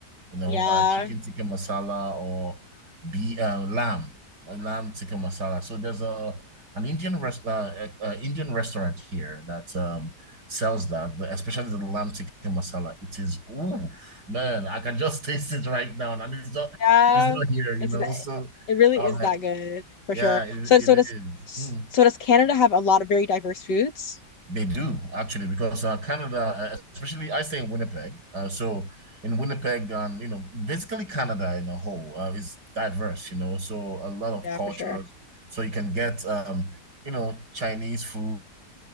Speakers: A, on the right; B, on the left.
A: you know
B: Yeah,
A: uh, chicken tikka masala or be uh, lamb uh, lamb tikka masala. So there's a an Indian rest uh, uh, uh, Indian restaurant here that um, sells that, the- especially the lamb tikka masala. It is ooh man, I can just <laughs> taste it right now, and it's not
B: yeah.
A: it's not here, you
B: It's
A: know.
B: th-
A: So
B: it really
A: um,
B: is that good for
A: yeah,
B: sure.
A: it,
B: So so
A: it is.
B: does so
A: Hmm.
B: does Canada have a lot of very diverse foods?
A: They do actually because uh, Canada, uh, especially I stay in Winnipeg. Uh, so in Winnipeg, um, you know, basically Canada in a whole uh, is diverse. You know, so a lot of
B: Yeah,
A: cultures.
B: for sure.
A: So you can get um, you know, Chinese food